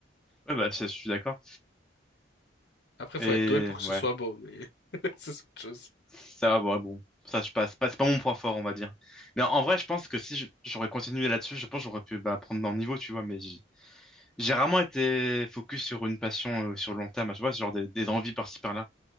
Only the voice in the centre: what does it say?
Ouais, bah, je je suis d'accord.
Et
ouais.
Ça, ouais, bon, ça je passe. Pas- C'est pas mon point fort, on va dire. Mais en en vrai, je pense que si je- j'aurais continué là-dessus, je pense que j'aurais pu bah, prendre dans le niveau, tu vois. Mais j'ai j'ai rarement été focus sur une passion euh, sur le long terme, tu vois, genre des, des envies par-ci par-là.